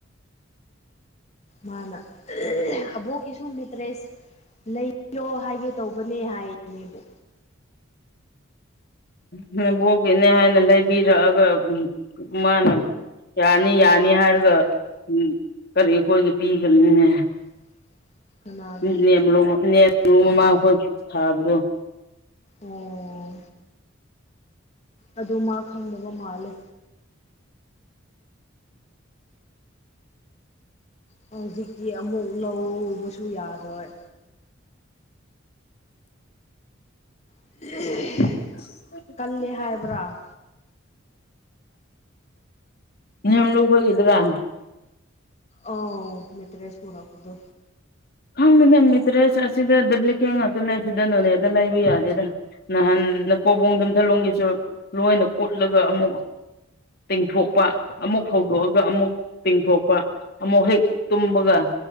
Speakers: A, on the left; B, on the left.
A: ꯃꯥꯅ ꯑꯕꯣꯛꯀꯤꯁꯨꯨ ꯃꯦꯇ꯭ꯔꯦꯁ ꯂꯩꯌꯣ ꯍꯥꯏꯒꯦ ꯇꯧꯕꯅꯦ ꯍꯥꯏꯅꯦꯕꯣ
B: ꯅꯕꯣꯛꯀꯤꯅꯦ ꯍꯥꯏꯅ ꯂꯩꯕꯤꯔꯛꯑꯒ ꯃꯥꯅ ꯌꯥꯅꯤ ꯌꯥꯅꯤ ꯍꯥꯏꯔꯒ ꯀꯔꯤ ꯈꯣꯏꯗ ꯄꯤꯈꯤꯕꯅꯤꯅꯦ
A: <inaudible> ꯀꯅꯥꯒꯤ
B: <unintelligible> ꯃꯃꯥꯈꯣꯏ ꯊꯥꯕꯗꯣ
A: ꯑꯣ ꯑꯗꯨ ꯃꯥ ꯈꯪꯗꯕ ꯃꯥꯜꯂꯦ ꯍꯧꯖꯤꯛꯇꯤ ꯑꯃꯨꯛ ꯂꯧꯕꯁꯨ ꯌꯥꯔꯣꯏ <unintelligible>
B: <unintelligible>
A: ꯀꯜꯂꯦ ꯍꯥꯏꯕ꯭ꯔꯥ
B: ꯌꯥꯝ ꯂꯨꯈꯒꯗ꯭ꯔꯥ
A: ꯑꯥꯎ ꯃꯤꯇꯔꯦꯁ ꯄꯨꯔꯛꯄꯗꯣ
B: ꯈꯪꯗꯦꯅꯦ ꯃꯤꯠꯇ꯭ꯔꯦꯁ ꯑꯁꯤꯗ ꯗꯨꯕ꯭ꯂꯤꯛꯀꯦꯠ ꯉꯥꯛꯇꯅꯦ ꯁꯤꯗ ꯅꯣꯅꯦꯗ ꯂꯩꯕ ꯌꯥꯒꯦꯔ ꯅꯍꯥꯟ ꯅꯄꯣꯕꯣꯡ ꯌꯝꯊꯂꯣꯝꯒꯤꯁꯨ ꯂꯣꯏꯅ ꯀꯨꯠꯂꯒ ꯑꯃꯨꯛ ꯇꯤꯡꯊꯣꯛꯄ ꯑꯃꯨꯛ ꯐꯧꯗꯣꯛꯑꯒ ꯑꯃꯨꯛ ꯇꯤꯡꯊꯣꯛꯄ ꯑꯃꯨꯛ ꯍꯦꯛ ꯇꯨꯝꯕꯒ